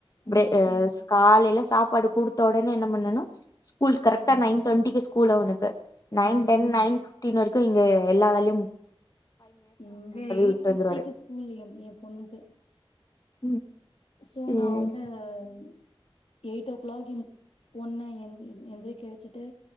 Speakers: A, on the left (about 80°); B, on the left (about 40°).
A: ம்
B: ப்டிய
A: ம்
B: காலல சாப்பாடு குடுத்த ஒடனே என்ன பண்ணனு ஸ்கூல் கரெக்டா
A: ம்
B: நைன் தேர்ட்டிக்கு ஸ்கூல் அவனுக்கு நைன்
A: ம்
B: டென்
A: ம்
B: நைன் டிர்றரைக்கு இங்க எல்லா வேல்
A: இங்க எயீட்
B: விட்டு
A: ஃபிட்டிக்
B: வந்துருவாரு
A: ஸ்கூல் எ ஏ பொண்ணுக்கு
B: ம்
A: சோ
B: ம்
A: நா வந்து ம் எயிட் ஓ க்ளாக் எ பொண்ண எந் ஏந்திரிக்க வச்சுட்டு